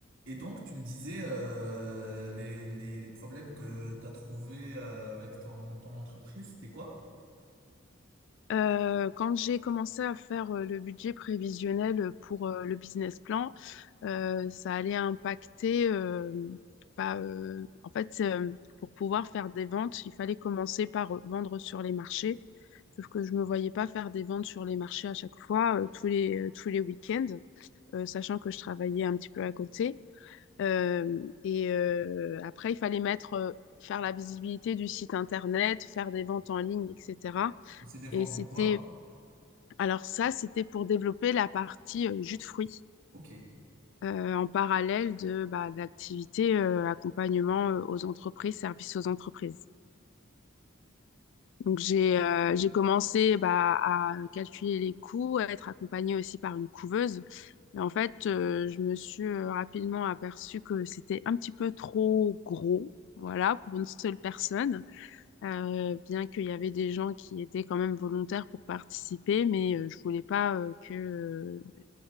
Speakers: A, on the right (about 70°); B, on the left (about 65°).
A: Et donc, tu me disais euh, les, les, les problèmes que tu as trouvés euh, avec ton, ton entreprise, c'était quoi?
B: Euh, quand j'ai commencé à faire euh, le budget prévisionnel pour euh, le business plan, euh, ça allait impacter, euh, bah, euh, en fait, euh, pour pouvoir faire des ventes, il fallait commencer par euh, vendre sur les marchés. Sauf que je ne me voyais pas faire des ventes sur les marchés à chaque fois, euh, tous les, euh, tous les week-ends, euh, sachant que je travaillais un petit peu à côté. Euh, et euh, après, il fallait mettre, euh, faire la visibilité du site internet, faire des ventes en ligne, etc.
A: C'est des ventes
B: Et c'était
A: de quoi?
B: alors ça, c'était pour développer la partie euh, jus de fruits
A: Ok.
B: euh, en parallèle de, bah, de l'activité euh, accompagnement euh, aux entreprises, services aux entreprises. Donc j'ai euh, j'ai commencé bah, à calculer les coûts, à être accompagnée aussi par une couveuse. Et en fait, euh, je me suis euh, rapidement aperçue que c'était un petit peu trop gros, voilà, pour une seule personne. Euh, bien qu'il y avait des gens qui étaient quand même volontaires pour participer, mais euh, je voulais pas euh, que euh,